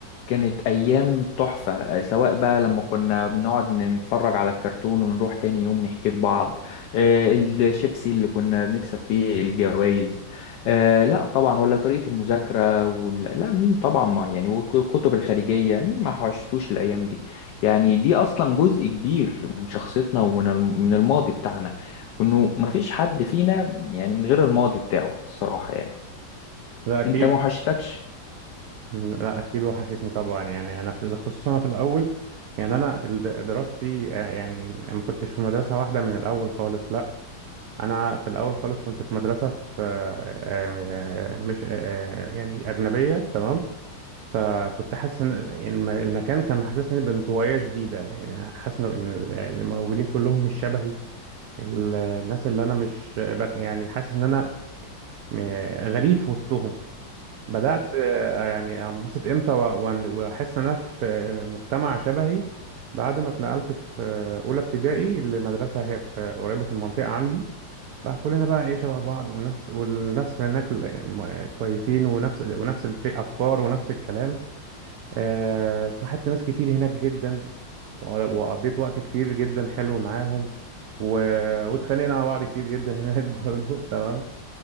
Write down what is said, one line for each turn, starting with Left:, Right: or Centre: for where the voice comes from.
Left: كانت أيام تحفة سواء بقى لما كنا بنقعد نتفرج على الكرتون ونروح تاني يوم نحكي لبعض آه، الشيبسي اللي كنا بنكسب فيه الجوائز آه، لا طبعا ولا طريقة المذاكرة وال... لا مين طبعا ما يعني والكتب الخارجية مين ما حوشتوش الأيام دي يعني دي أصلا جزء كبير من شخصيتنا ومن الم- من الماضي بتاعنا وإنه مفيش حد فينا يعني من غير الماضي بتاعه الصراحة يعني
Right: لا اكيد
Left: أنت ما حوشتكش
Right: لا اكيد وحشتني طبعا يعني انا في خصوصا أنا في الاول يعني انا الد- دراستي آه، يعني ما كنتش في مدرسه واحده من الاول خالص لا انا في الاول خالص كنت في مدرسه في آه، آه، مش آه، آه، يعني اجنبيه تمام فكنت حاسس ان الم- المكان كان محسسني بانطوائيه شديده يعني حاسس ان إن اللي موجودين كلهم مش شبهي ال- الناس اللي انا مش بك يعني حاسس ان انا م- غريب في وسطهم بدأت آه، يعني انبسط امتى و- وأن- واحس ان انا في آه، مجتمع شبهي بعد ما اتنقلت في آه، اولى ابتدائي لمدرسة هي في قريبة في المنطقة عندي بقى كلنا بقى ايه شبه بعض والناس والناس هناك ال- م- كويسين ونفس ونفس الافكار ونفس الكلام آه، صاحبت ناس كتير هناك جدا وع- وقضيت وقت كتير جدا حلو معاهم و... واتخانقنا مع بعض كتير جدا هناك <laughs> برضه تمام